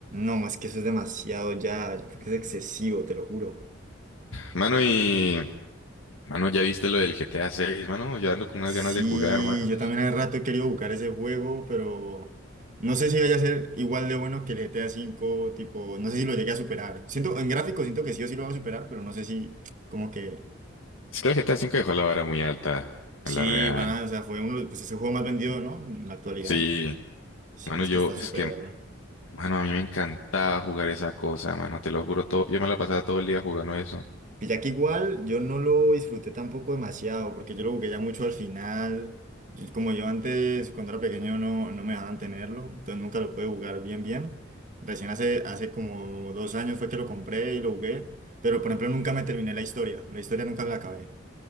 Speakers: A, on the right (about 40°); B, on the left (about 75°).
A: No, es que eso es demasiado ya. Yo creo que es excesivo, te lo juro.
B: Mano, y... Mano, ¿ya viste lo del GTA 6, mano? Ya ando con unas
A: Sí,
B: ganas de jugar, mano.
A: yo también hace rato he querido buscar ese juego, pero no sé si vaya a ser igual de bueno que el GTA cinco tipo, no sé si lo llegue a superar. Siento, en gráfico siento que sí o sí lo va a superar, pero no sé si, como que,
B: Es que el GTA 5 dejó la vara muy alta, en
A: sí,
B: la real.
A: van a, o sea, fue uno, pues ese juego más vendido, ¿no? En la actualidad.
B: Sí,
A: Sí,
B: mano,
A: es
B: yo...
A: que está súper.
B: Es que Mano, a mí me encantaba jugar esa cosa, mano, te lo juro todo. Yo me la pasaba todo el día jugando eso.
A: Pilla que igual yo no lo disfruté tampoco demasiado, porque yo lo jugué ya mucho al final. Y Como yo antes, cuando era pequeño, no, no me dejaban tenerlo, entonces nunca lo pude jugar bien, bien. Recién hace, hace como dos años fue que lo compré y lo jugué, pero por ejemplo nunca me terminé la historia, la historia nunca me la acabé.